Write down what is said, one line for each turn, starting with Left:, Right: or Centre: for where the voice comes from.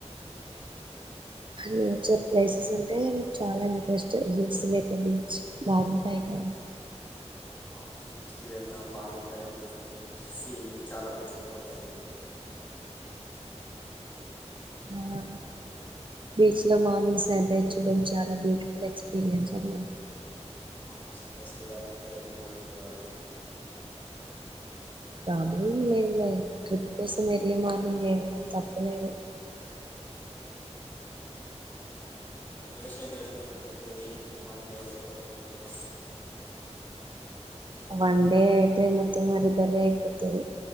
Right: నేచర్ ప్లేసెస్ అంటే చాలా ఇంట్రెస్ట్. హిల్స్ లేక బీచ్ బాగుంటాయి క <unintelligible>
Left: అవును బీచ్ కి వెళ్దాం బాగుంటది అనిపిస్తుంది. సీలు చాలా పీస్ ఫుల్ గా ఉంటది.
Right: ఆ బీచ్ లో మార్నింగ్ సన్ రైజ్ చూడం చాలా బ్యూటిఫుల్ ఎక్స్పీరియన్స్ అన్నా.
Left: అవును సన్ రైస్ చూడాలంటే ఎర్లీ మార్నింగ్ లేవాలి మనం.
Right: ప్రాబ్లం లేదులే. ట్రిప్ కోసం ఎర్లీ మార్నింగ్ లేవడం తప్పులేదు.
Left: డ్యూరేషన్ ఎంత పెట్టుకుందా ట్రిప్ ది? వన్ డే లేకపోతే టూ డేస్?
Right: వన్ డే అయితే మొత్తం హరి బరి అయిపోతది.